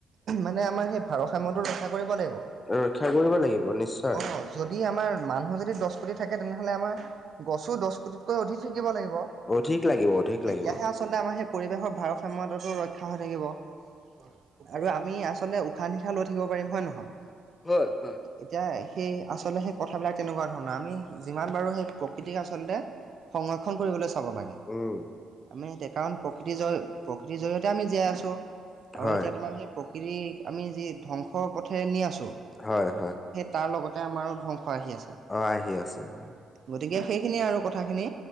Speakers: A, on the right (about 55°); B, on the left (about 25°).
A: মানে আমাৰ সেই ভাৰসাম্যটো ৰক্ষা কৰিব লাগিব
B: ৰক্ষা কৰিব লাগিব নিশ্চ
A: অ যদি আমাৰ মানুহ যদি দছ কোটি থাকে তেনেহলে আমাৰ গছো দছ কোটিতকৈ অধিক থাকিব লাগিব
B: অধিক লাগিব,
A: তেতিয়াহে
B: অধিক লাগিব।
A: আচলতে আমাৰ সেই পৰিৱেশৰ ভাৰসাম্যতাটো ৰক্ষা হৈ থাকিব হয় আৰু আম আমি আচলতে উশাহ নিশাহ লৈ থাকিব পাৰিম হয় নহয়
B: হয় হয়
A: এতিয়া সেই আচলতে সেই কথাবিলাক তেনেকুৱা ধৰণৰ আমি যিমান পাৰোঁ সেই প্ৰকৃতিক আচলতে সংৰক্ষণ কৰিবলৈ চাব লাগে
B: উম,
A: আমি এতিয়া কাৰণ প্ৰকৃতিৰ জয় প্ৰকৃতিৰ জয়তে আমি জীয়াই আছোঁ আৰু
B: হয়।
A: এতিয়া তোমাৰ সেই প্ৰকৃতি আমি যি ধ্বংসৰ পথেৰে নি আছো
B: হয় হয়
A: তাৰ লগতে আমাৰো ধ্বংস আহি আছে
B: অ', আহি আছে হয়,
A: গতিকে সেইখিনি আৰু কথাখিনি